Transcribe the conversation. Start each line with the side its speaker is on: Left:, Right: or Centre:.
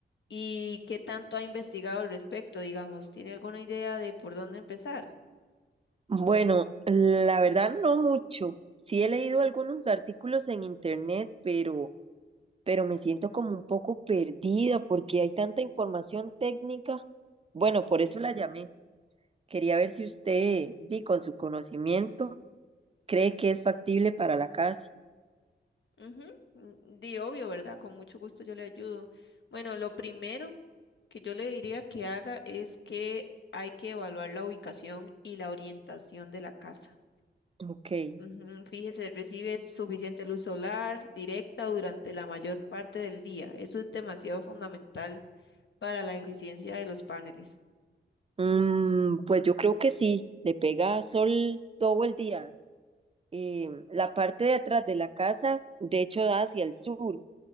Left: ¿Y qué tanto ha investigado al respecto? Digamos, ¿tiene alguna idea de por dónde empezar?
Right: Bueno, la verdad no mucho. Sí he leído algunos artículos en internet, pero, pero me siento como un poco perdida porque hay tanta información técnica. Bueno,
Left: Ujú,
Right: por eso la llamé. Quería ver si usted, di con su conocimiento, cree que es factible para la casa.
Left: ujú, mm, Di obvio, ¿verdad? Con mucho gusto yo le ayudo. Bueno, lo primero que yo le diría que haga es que hay que evaluar la ubicación y la orientación de la casa.
Right: Ok.
Left: Ujú, Fíjese, recibe suficiente luz solar directa durante la mayor parte del día. Eso es demasiado fundamental para la eficiencia de los paneles.
Right: Mm, pues yo creo que sí, le pega sol todo el día. Eh, la parte de atrás de la casa, de hecho, da hacia el sur.